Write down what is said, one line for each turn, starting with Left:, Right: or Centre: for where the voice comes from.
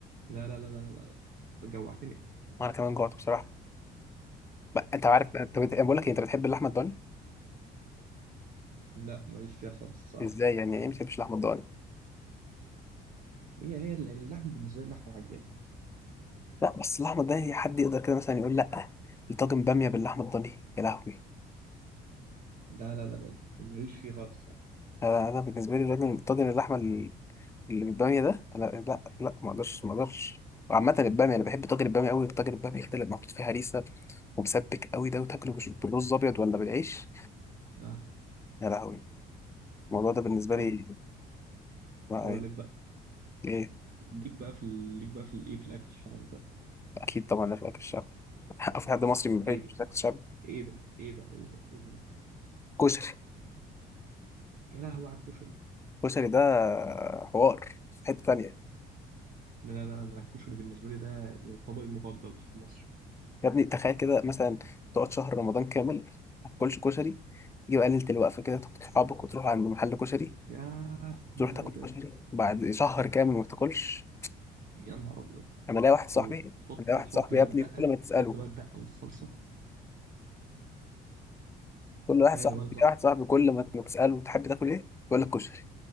Right: لا لا لا لا لا أنت جوعتني
Left: وانا كمان جوعت بصراحه بقى انت عارف انت بت... بقول لك إيه، انت بتحب اللحمه الضاني
Right: لا ماليش فيها خالص صح
Left: ازاي يعني ايه ما بتحبش اللحمه الضاني
Right: هي هي اللحم بالنسبة لي اللحمة العجالة
Left: لا بس اللحمه الضاني حد يقدر كده مثلا يقول لا الطاجن باميه باللحمه الضاني يا لهوي
Right: لا لا لا لا لا، ماليش فيه خالص صح
Left: آه، انا بالنسبه لي الراجل طاجن اللحمه ال- اللي بالباميه ده انا لا لا ما اقدرش ما اقدرش وعامة البامية أنا بحب طاجن البامية أوي الطاجن البامية كده اللي محطوط فيه هريسة ومسبك أوي ده وتاكله بش- بالرز أبيض ولا بالعيش
Right: آه.
Left: يا لهوي الموضوع ده بالنسبة
Right: هقول
Left: لي ما-
Right: هقول لك بقى
Left: إيه
Right: ليك بقى في ال- ليك بقى في الايه في الاكل الشعبي بقى
Left: أكيد طبعا لا في أكل الشعب <laughs> في حد مصري ما
Right: ايه
Left: بيحبش أكل الشعب
Right: ايه بقى ايه بقى ايه بقى ايه هو
Left: كشري
Right: يا لهوي على الكشري
Left: كشري ده حوار في حتة تانية
Right: لا لا لا لا، الكشري بالنسبة لي ده طبقي المفضل في مصر
Left: يا ابني تخيل كده مثلا تقعد شهر رمضان كامل ما تاكلش كشري تيجي بقى ليله الوقفه كده تاخد صحابك وتروح عند محل كشري
Right: يا يا
Left: تروح
Right: نهار
Left: تاكل
Right: ابيض
Left: كشري بعد شهر كامل ما بتاكلش
Right: يا نهار ابيض
Left: انا لاقي واحد صاحبي
Right: وتحط
Left: انا لاقي واحد
Right: وتحط
Left: صاحبي
Right: بقى
Left: يا ابني
Right: الدقه
Left: كل ما تساله
Right: تحط بقى الدقه والصلصه
Left: كل واحد
Right: ماله
Left: صاحبي
Right: ماله
Left: لاقي
Right: صح
Left: واحد صاحبي كل ما ما تساله تحب تاكل ايه يقول لك كشري